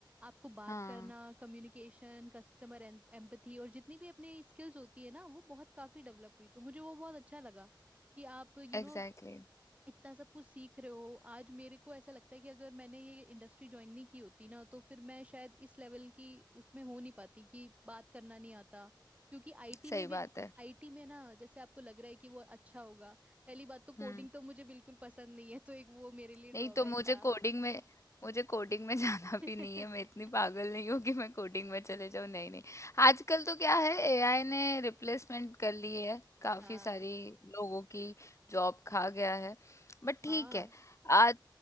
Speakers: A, on the right (about 15°); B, on the left (about 35°).
A: आपको बात
B: हाँ
A: करना कम्युनिकेशन कस्टमर एम्पथी और जितनी भी अपनी स्किल्स होती है ना वो बहुत काफी डेवलप हुई तो मुझे वो बहुत अच्छा लगा कि आप यू you नो
B: Exactly
A: know,
B: exactly,
A: इतना सब कुछ सीख रहे हो आज मेरे को ऐसा लगता है कि अगर मैंने ये इंडस्ट्री ज्वाइन नहीं की होती ना तो फिर मैं शायद इस लेवल की उसमें हो नहीं पाती कि बात करना नहीं आता क्योंकि आईटी में
B: सही
A: भी
B: बात है
A: आईटी में ना जैसे आपको लग रहा है कि वो अच्छा होगा पहली बात तो कोडिंग
B: हम्म
A: तो मुझे बिल्कुल पसंद नहीं है तो एक वो मेरे लिए ड्रॉबैक
B: नहीं तो मुझे
A: था
B: कोडिंग में मुझे कोडिंग में <laughs> जाना
A: <laughs>
B: भी नहीं है मैं इतनी पागल नहीं हूँ कि मैं कोडिंग में चले जाऊँ नहीं नहीं आजकल तो क्या है एआई ने रिप्लेसमेंट कर ली है काफी
A: हाँ
B: सारी लोगों की जॉब खा गया है बट
A: हाँ
B: ठीक है आज